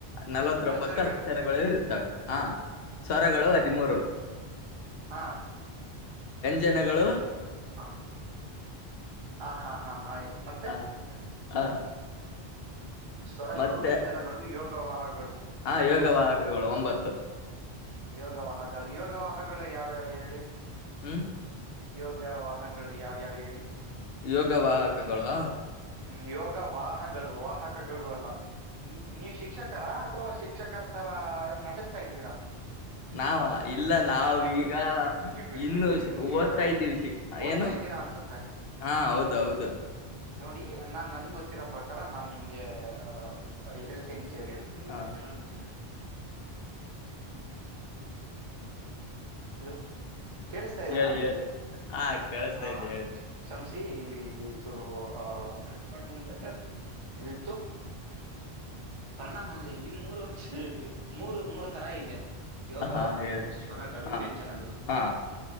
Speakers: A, on the left; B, on the right.
A: ನಲವತ್ತೊಂಬತ್ತು
B: ಅಕ್ಷರ
A: ಅಕ್ಷರಗಳು ಇರುತ್ತವೆ ಹಾ
B: ಇ
A: ಸ್ವರಗಳು ಹದಿಮೂರು
B: ಹಾ
A: ಜನಗಳು
B: ಹ ಹ ಹಾ ಹಾ ಹಯ್ತ ಮತ್ತೆ
A: ಹಾ
B: ಇದ
A: ಹಾ
B: ಸ್ವರಗಳು
A: ಮತ್ತೆ
B: ವ್ಯಂಜನಗಳು ಯೋಗವಾಹಗಳು
A: ಹಾ
B: ಮೂರ್
A: ಯೋಗವಾಹಕಗಳು
B: ತರದ ಬರುತ್ತೆ
A: ಒಂಬತ್ತು
B: ಯೋಗವಾಹಗಳು ಯೋಗವಾಹಗಳು ಯಾವ್ಯಾವ ಹಿ
A: ಹ್ಮ್
B: ಯೋಗವಾಾಹಗಳು ಯಾವ್ಯಾವ್ ಹೇಳಿ
A: ಯೋಗವಾಾಹಕಗಳು
B: ್ಮ ಯೋಗ ವಾಹಗಳು ವಾಹ ಪಕಗಳು ಅಲ್ಲ ನೀ ನೀವ್ ಶಿಕ್ಷಕರ ಅಥವಾ ಶಿಕ್ಷಕರ ತರಾ ನಟಿಸ್ತಾ ಇದ್ದೀರಾ
A: ನಾವ ಇಲ್ಲ ನಾವೀಗ
B: ಇಲ್ಲ ಬಿಟ್ಬಿಡಿ ಬಿಟ್ಬಿಡಿ ಬಿಟ್ಬಿಡಿ
A: ಇನ್ನು
B: ಬಿಟ್ಬಿಡಿ ನೀವು
A: ಓದ್ತಾ
B: ಇವಾಗ
A: ಇದ್ದೀವಿ ಶಾ
B: ಓದ್ತಾ
A: ಏನು
B: ಇದ್ದೀರಾ ಅನ್ಸುತ್ತೆ
A: ಹಾ ಹೌದೌದು
B: ನೋಡಿ ನಾನ್ ನನ್ಗೆ ಗೊತ್ತಿರೋ ಪ್ರಕಾರ ನಾನನ್ ನಿಮ್ಗೆ ಆ ಹೇಳ್ತೇನೆಿ ುನ
A: ಹಾ
B: ಬತ್ತತೆಲ್ಲಾಮಗ <inaudible> ಹಲೋ ಕೇಳಸ್ತಾ ಇದೇಾನ
A: ಹೇಳಿ
B: ನಿಮ್ಗೆ
A: ಹೇಳಿ ಹಾ ಕೇಳಿಸ್ತಾ
B: ಹ
A: ಇದೆ ಹೇಳಿ
B: ಕಷಮ್ಸಿ ಇಲ್ಲಿ ಚೂರು ಆ ಅನ್ಕಂದ ಇದಿತ್ತು ವರ್ಣಮಾಲೆಯಲ್ಲಿ ಮೂರು ಅಕ್ಷರಗಳಿವೆ ಮೂರು ಮೂರು ತರ ಇವೆ ಯೋಗವಾಹಗಳು
A: ಹಾ ಹೇಳಿ
B: ಸ್ವರಗಳು
A: ಹಾ
B: ವ್ಯಂಜನಗಳು
A: ಹಾ